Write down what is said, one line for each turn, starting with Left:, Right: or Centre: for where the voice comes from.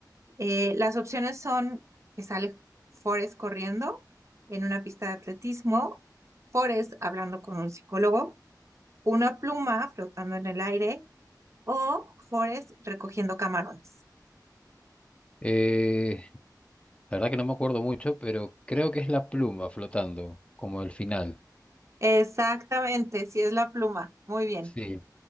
Right: Eh, las opciones son que sale Forrest corriendo en una pista de atletismo, Forrest hablando con un psicólogo. una pluma flotando en el aire o Forrest recogiendo camarones.
Left: Eh, la verdad que no me acuerdo mucho, pero creo que es la pluma flotando, como el final.
Right: Exactamente, sí es la pluma. Muy bien.
Left: Sí,